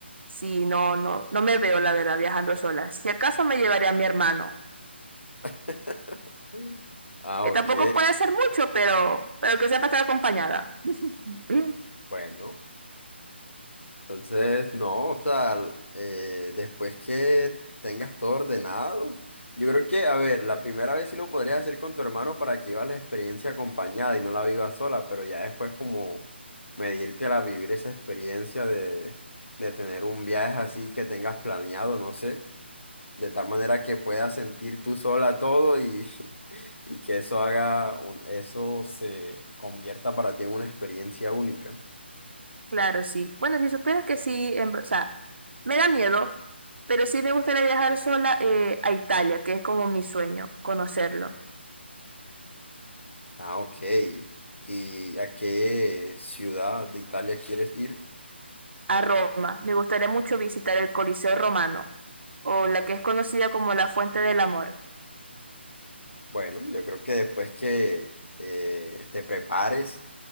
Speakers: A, on the right; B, on the left.
A: Sí, no, no, no me veo, la verdad, viajando sola. Si acaso me llevaré a mi hermano,
B: <laughs> Ah,
A: que
B: ok.
A: tampoco puede ser mucho, pero, pero que sepa estar acompañada. <clears throat> Mm,
B: Bueno. Entonces, no, o sea, eh, después que tengas todo ordenado, yo creo que, a ver, la primera vez sí lo podrías hacer con tu hermano para que vivas la experiencia acompañada y no la vivas sola, pero ya después como medírtela, vivir esa experiencia de, de tener un viaje así que tengas planeado, no sé, de tal manera que puedas sentir tú sola todo y, <laughs> y que eso haga, un- eso se convierta para ti en una experiencia única.
A: Claro, sí. Bueno, si supieras que sí, en ver- o sea, me da miedo, pero sí me gustaría viajar sola eh, a Italia, que es como mi sueño, conocerlo.
B: Ah, ok. ¿Y a qué ciudad de Italia quieres ir?
A: a Roma. Me gustaría mucho visitar el Coliseo Romano, o la que es conocida como la Fuente del Amor.
B: Bueno, yo creo que después que eh, te prepares